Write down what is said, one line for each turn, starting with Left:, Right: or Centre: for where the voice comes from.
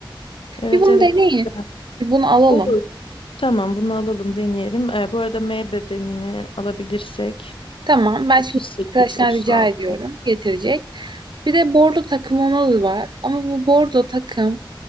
Left: Evet
Right: Bir bunu
Left: evet
Right: deneyin.
Left: bu güzel.
Right: Bir bunu alalım.
Left: Olur. Tamam, bunu alalım, deneyelim. Ee, bu arada M bedenini alabilirsek
Right: Tamam ben
Left: 38,
Right: şimdi arkadaşlar
Left: 36.
Right: rica ediyorum getirecek. Bir de bordo takım onalı var ama bu bordo takım